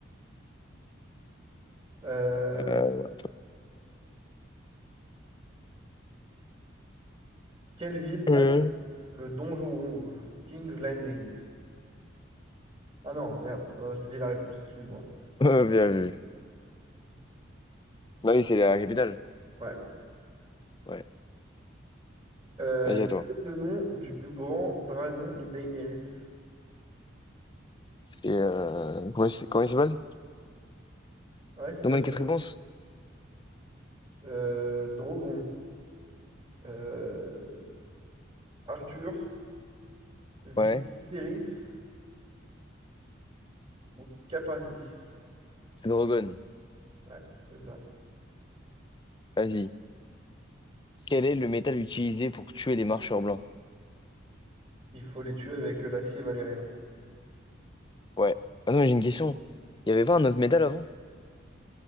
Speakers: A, on the right; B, on the left.
A: Euh,
B: Euh,
A: Quelle ville
B: euh,
A: a le donjon rouge? King's Landing. Ah non, merde. Ah non, je te dis la réponse, excuse-moi.
B: euh, <laughs> bien vu. Bah oui, c'est la capitale.
A: Ouais.
B: Ouais.
A: Euh,
B: Vas-y,
A: quel
B: à toi.
A: est le nom du plus grand dragon de Daenerys?
B: C'est. euh, Comment, il s- comment il s'appelle?
A: Ouais, c'est ça.
B: Donne-moi
A: son-
B: les quatre réponses.
A: Euh, Drogon. Euh, Arthur,
B: Ouais.
A: Viserys ou Capatis.
B: C'est Drogon.
A: Ouais, c'est ça.
B: Vas-y. Quel est le métal utilisé pour tuer les marcheurs blancs?
A: Il faut les tuer avec euh, l'acier valérien.
B: Ouais. Attends, mais j'ai une question. Il n'y avait pas un autre métal avant?